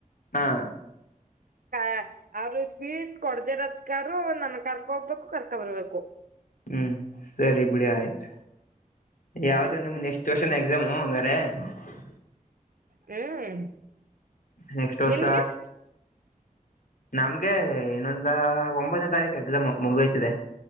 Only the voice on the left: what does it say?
ಹಾ
ಹ್ಮ್ ಸರಿ ಬಿಡಿ ಆಯ್ತು ಯಾವತ್ಮ
ನೆಕ್ಸ್ಟ್ ಕೂರ್ಷನ್ ಆ ಾಮಂಗಾರೆ <unintelligible>
ನೆಕ್ಸ್ಟ್ ವರ್ಷ
ನಮ್ಗೆ ಏನೊ ಹಾಒಂಬತ್ತನೇ ತಾರೀಕು ಎಕ್ಸಾಮ್ ಮುಗುವಯತಿದೆ